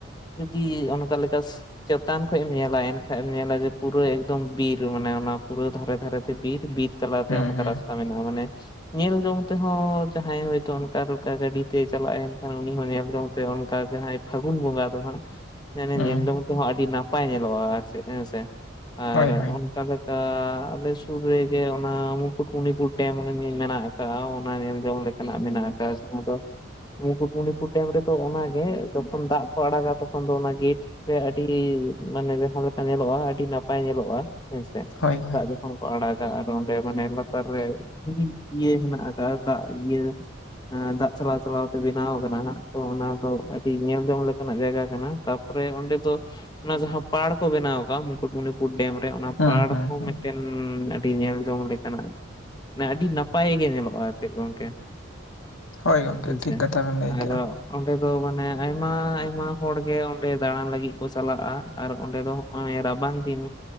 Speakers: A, on the left (about 20°); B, on the left (about 80°).
A: ᱡᱩᱫᱤ ᱚᱱᱠᱟ ᱞᱮᱠᱟᱥ ᱪᱮᱛᱟᱱ ᱠᱷᱚᱡ ᱮᱢ ᱧᱮᱞᱟ ᱮᱱᱠᱷᱟᱡ ᱮᱢ ᱧᱮᱞᱟ ᱡᱮ ᱯᱩᱨᱟᱹ ᱮᱠᱼᱼ ᱮᱠᱫᱚᱢ ᱵᱤᱨ ᱢᱟᱱᱮ ᱚᱱᱟ ᱯᱩᱨᱟᱹ ᱫᱷᱟᱨᱮ ᱫᱷᱟᱨᱮ ᱛᱮ ᱵᱤᱨ ᱵᱤᱨ ᱛᱟᱞᱟ ᱛᱮ
B: ᱦᱩᱸ,
A: ᱚᱱᱠᱟ
B: ᱦᱩᱸ᱾
A: ᱨᱟᱥᱛᱟ ᱢᱮᱱᱟᱜ-ᱟ ᱢᱟᱱᱮᱼᱼ ᱧᱮᱞ ᱡᱚᱝ ᱛᱮᱦᱚᱸ ᱡᱟᱦᱟᱸᱭ ᱦᱚᱭᱛᱚ ᱚᱱᱠᱟ ᱨᱚᱠᱟ ᱜᱟᱹᱰᱤ ᱛᱮᱭ ᱪᱟᱞᱟᱜ ᱮᱱᱠᱷᱟᱱ ᱩᱱᱤ ᱦᱚᱸᱭ ᱧᱮᱞ ᱡᱚᱝᱼᱼ ᱛᱮ ᱚᱱᱠᱟ ᱡᱟᱦᱟᱸᱭ ᱯᱷᱟᱹᱜᱩᱱ ᱵᱚᱸᱜᱟ ᱫᱚ ᱦᱟᱸᱜᱼᱼ ᱮᱱᱮ
B: ᱦᱩᱸ
A: ᱧᱮᱞ ᱡᱚᱝ ᱛᱮᱦᱚᱸ ᱟᱰᱤ ᱱᱟᱯᱟᱭ ᱧᱮᱞᱚᱜ-ᱟ ᱦᱮᱸ ᱥᱮ ᱾ ᱟᱨ
B: ᱦᱳᱭ ᱦᱳᱭ
A: ᱚᱱᱠᱟ ᱞᱮᱠᱟ ᱟᱞᱮ ᱥᱩᱨ ᱨᱮᱜᱮ ᱚᱱᱟ ᱢᱩᱠᱩᱴᱢᱩᱱᱤᱯᱩᱨ ᱰᱮᱢ ᱨᱮ ᱢᱮᱱᱟᱜ ᱟᱠᱼᱼ ᱠᱟᱜ-ᱟ ᱚᱱᱟ ᱧᱮᱞ ᱡᱚᱝ ᱞᱮᱠᱟ ᱱᱟᱜ ᱢᱮᱱᱟᱜ ᱟᱠᱟᱜ-ᱟ ᱡᱟᱦᱟᱸ ᱫᱚᱼᱼ ᱢᱩᱠᱩᱴᱢᱩᱱᱤᱯᱩᱨ ᱰᱮᱢ ᱨᱮᱫᱚ ᱚᱱᱟᱜ ᱜᱮ ᱡᱚᱠᱷᱚᱱ ᱫᱟᱜ ᱠᱚ ᱟᱲᱟᱜᱟ ᱛᱚᱠᱷᱚᱱ ᱫᱚ ᱚᱱᱟ ᱜᱮᱴᱼᱼ ᱥᱮ ᱟᱹᱰᱤ ᱢᱟᱱᱮ ᱡᱟᱦᱟᱸ ᱞᱮᱠᱟ ᱧᱮᱞᱚᱜ-ᱟ ᱟᱹᱰᱤ ᱱᱟᱯᱟᱭ ᱧᱮᱞᱚᱜ-ᱟ ᱦᱮᱸ ᱥᱮ
B: ᱦᱳᱭ ᱦᱳᱭ
A: ᱫᱟᱜ ᱡᱚᱠᱷᱚᱱᱼᱼ ᱠᱚ ᱟᱲᱟᱜᱟ ᱟᱨ ᱚᱸᱰᱮ ᱢᱟᱱᱮ ᱞᱟᱛᱟᱨ ᱨᱮ ᱫᱩᱨᱤᱡ ᱤᱭᱟᱹ ᱦᱮᱱᱟᱜ ᱟᱠᱟᱜ-ᱟ ᱫᱟᱜ ᱤᱭᱟᱹᱼᱼ ᱮᱸ ᱫᱟᱜ ᱪᱟᱞᱟᱣ ᱪᱟᱞᱟᱣ ᱛᱮ ᱵᱮᱱᱟᱣ ᱟᱠᱟᱱᱟ ᱦᱟᱸᱜ ᱛᱚ ᱚᱱᱟ ᱫᱚ ᱟᱹᱰᱤ ᱧᱮᱞ ᱡᱚᱝ ᱞᱮᱠᱟ ᱱᱟᱜ ᱡᱟᱭᱜᱟ ᱠᱟᱱᱟ ᱛᱟᱯᱼᱼ ᱯᱚᱨᱮ ᱚᱸᱰᱮ ᱫᱚ ᱚᱱᱟ ᱡᱟᱦᱟᱸ ᱯᱟᱲ ᱠᱚ ᱵᱮᱱᱟᱣ ᱟᱠᱟᱜ ᱢᱩᱠᱩᱴᱢᱩᱱᱤᱯᱩᱨ ᱰᱮᱢ ᱨᱮ ᱚᱱᱟ
B: ᱦᱩᱸ
A: ᱯᱟᱲ
B: ᱦᱩᱸ
A: ᱦᱚᱸ
B: ᱦᱩᱸ
A: ᱢᱮᱜᱼᱼ ᱴᱮᱱ ᱟᱹᱰᱤ ᱧᱮᱞ ᱡᱚᱝ ᱞᱮᱠᱟ ᱱᱟᱜᱼᱼ ᱢᱟᱱᱮ ᱟᱹᱰᱤ ᱱᱟᱯᱟᱭ ᱜᱮ ᱧᱮᱞᱚᱜ-ᱟ ᱪᱮᱫ ᱜᱚᱝᱠᱮ,
B: ᱦᱳᱭ ᱜᱚᱝᱠᱮ
A: ᱦᱮᱸᱥᱮ
B: ᱴᱷᱤᱠ ᱠᱟᱛᱷᱟ ᱵᱮᱱ ᱞᱟᱹᱭ
A: ᱟᱨᱚᱼᱼ
B: ᱠᱮᱜᱼᱟ
A: ᱚᱸᱰᱮ ᱫᱚ ᱢᱟᱱᱮ ᱟᱭᱢᱟ ᱟᱭᱢᱟ ᱦᱚᱲ ᱜᱮ ᱚᱸᱰᱮ ᱫᱟᱬᱟᱱ ᱞᱟᱹᱜᱤᱫ ᱠᱚ ᱪᱟᱞᱟᱜ-ᱟ ᱟᱨ ᱚᱸᱰᱮ ᱫᱚᱼᱼ ᱚᱸᱭ ᱨᱟᱵᱟᱝ ᱫᱤᱱᱼᱼ